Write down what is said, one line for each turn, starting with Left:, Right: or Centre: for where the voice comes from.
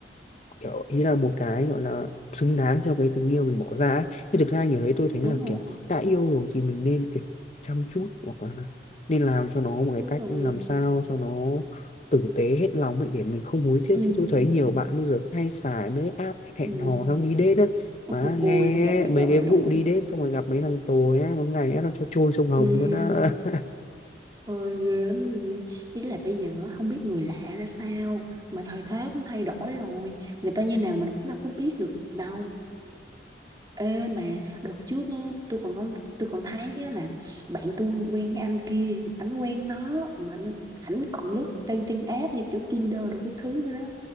Left: kiểu ý là một cái gọi là xứng đáng cho cái tình yêu mình bỏ ra ấy. Chứ thực ra nhiều đấy tôi thấy
Right: đúng
Left: là kiểu
Right: rồi
Left: đã yêu rồi thì mình nên kiểu chăm chút hoặc là nên làm cho nó một cái
Right: đúng
Left: cách
Right: rồi
Left: làm sao cho nó tử tế hết lòng ấy để mình không hối tiếc
Right: ừ
Left: chứ tôi thấy
Right: ừ
Left: nhiều bạn bây giờ hay xài mấy cái app hẹn
Right: ừ
Left: hò xong đi date á mà
Right: ôi
Left: nghe
Right: ôi, trời đất
Left: mấy
Right: ơi
Left: cái vụ
Right: luôn á
Left: đi date xong rồi gặp mấy thằng tồi á có ngày á, nó cho trôi sông Hồng
Right: ừ
Left: luôn á <laughs>
Right: ôi ghê lắm ý là bây giờ á, không biết người lạ ra sao mà thời thế cũng thay đổi rồi người ta như nào mình cũng đâu có biết được đâu Ê mà đợt trước á, tôi còn có tôi còn thấy á là bạn tôi quen cái anh kia, ảnh quen nó mà ảnh ảnh còn lướt dating app như kiểu Tinder đồ cái thứ nữa đó.